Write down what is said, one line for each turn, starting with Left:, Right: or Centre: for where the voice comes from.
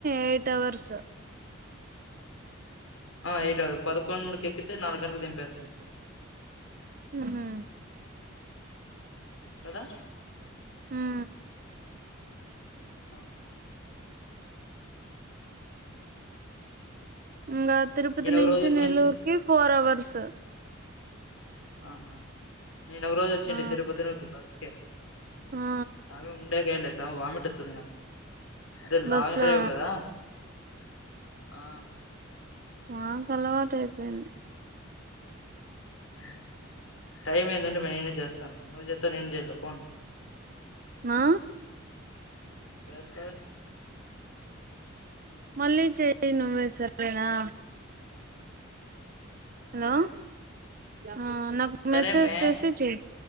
Right: ఎయిట్ అవర్స్ అ
Left: ఆ ఏట్ పదకొండుకి ఎక్కితే నాలుగు గంటలు దింపేస్తుంది
Right: ఉహు
Left: కదా
Right: ఆ
Left: ఆ
Right: ఇగా తిరుపతి
Left: నేను ఒక
Right: నుంచి
Left: రోజు వచ్చింటి
Right: నెల్లూరు కి ఫోర్ అవర్ స్స
Left: ఆహ నేను ఒరోజు వచ్చిండి
Right: ఆ
Left: తిరుపతిలోకి బ కే
Right: ఆ
Left: కామి ఉండెగేలేసే వామిట్ అత్తంది నాక్ అదే
Right: బస్
Left: లాంగ్
Right: లో
Left: డ్రైవ్ కదా ఆ
Right: నాకు అలవాటు అయిపోయింది
Left: ఉమ్ టైం ఏందంటే మే నేనే చేస్తాను నువ్వు చేస్తా నేను చేయల్ల ఫోన్
Right: ఆ
Left: చెస్
Right: మళ్లి చేేయ్ నువేస ఆ హలో
Left: సరే
Right: ఆ నాకు
Left: సరే
Right: మెసేజ్
Left: మే
Right: చేసి చెయ్